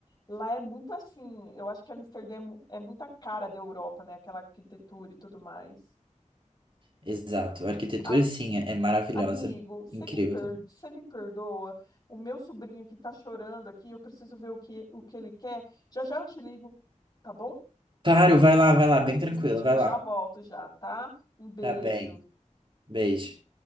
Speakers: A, on the left; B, on the right.
A: lá é muito assim. Eu acho que Amsterdã é, mu- é muita cara da Europa, né? Aquela arquitetura e tudo mais.
B: Exato. A arquitetura,
A: A-
B: sim, é é maravilhosa.
A: amigo, você
B: Incrível
A: me, per,
B: também.
A: você me perdoa? O meu sobrinho aqui tá chorando aqui. Eu preciso ver o que, o que ele quer. Já já eu te ligo, tá bom?
B: Claro, vai lá, vai lá.
A: <laughs>
B: Bem tranquila,
A: Já,
B: vai
A: já
B: lá.
A: volto já, tá? Um beijo.
B: Tá bem. Beijo.